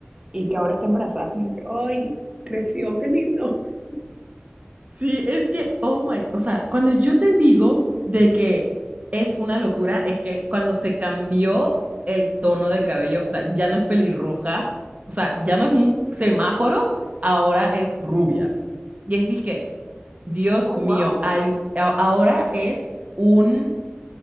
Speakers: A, on the right; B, on the right.
A: Y que ahora está embarazada, es como que, ¡ay! Creció, qué lindo. <laughs>
B: Sí, es que, oh my, o sea, cuando yo te digo de que es una locura, es que cuando se cambió el tono de cabello, o sea, ya no es pelirroja, o sea, ya no es un semáforo, ahora es rubia. Y es que, Dios
A: Oh,
B: mío,
A: wow.
B: al- a- ahora es un